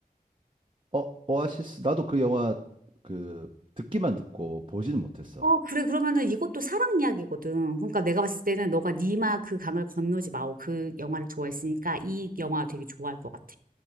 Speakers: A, on the right (about 35°); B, on the right (about 65°).
A: 어, 오아시스 나도 그 영화 그 듣기만 듣고 보지는 못했어.
B: 어, 그래. 그러면은 이것도 사랑 이야기거든. 그러니까 내가 봤을 때는 너가 니마 그 강을 건너지 마오 그 영화를 좋아했으니까 이 영화 되게 좋아할 것 같아.